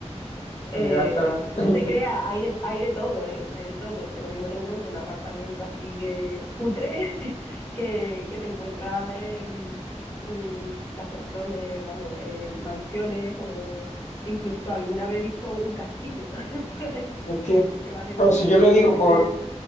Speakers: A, on the left (about 25°); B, on the left (about 80°).
A: Eh,
B: Mi gata.
A: si
B: <laughs>
A: no te creas, hay de, hay de todo, ¿eh? Hay de todo. Te- lo mismo te encuentras un apartamento así que cutre, <laughs> que, que te encuentras en mm, casoplones, vamos, eh, mansiones o incluso alguna vez he visto un castillo <laughs> por ahí.
B: Hostia.
A: Digo, Que la gente,
B: No, si yo lo
A: digo,
B: digo
A: la gente,
B: por.